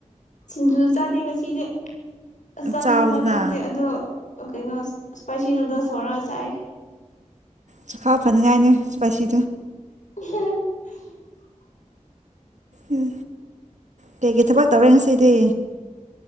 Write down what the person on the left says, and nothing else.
ꯁꯤꯡꯖꯨ ꯆꯥꯗꯦ ꯉꯁꯤꯗꯤꯦ ꯑ ꯆꯥꯅꯤꯡꯕ
ꯊꯣꯛꯇꯦ ꯑꯗꯣ ꯑꯣ ꯀꯩꯅꯣ ꯏꯁꯄꯁꯤ ꯅꯨꯗꯂꯁ ꯆꯥꯏ
<inaudible>